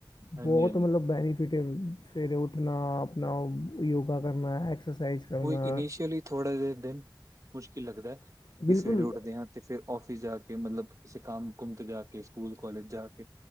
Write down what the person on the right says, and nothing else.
ਹਾਂਜੀ
ਹਾਂਜੀ
ਕੋਈ ਇਨੀਸ਼ੀਅਲੀ ਥੋੜਾ ਜਾ ਦਿਨ ਮੁਸ਼ਕਿਲ ਲੱਗਦੈ ਕਿ
ਸਵੇਰੇ ਉੱਠਦੇਆ। ਤੇ ਫੇਰ ਔਫਿਸ ਜਾ ਕੇ ਮਤਲਬ ਕਿਸੇ ਕੰਮ-ਕੁਮ ਤੇ ਜਾ ਕੇ ਸਕੂਲ ਕੋਲੇਜ ਜਾ ਕੇ।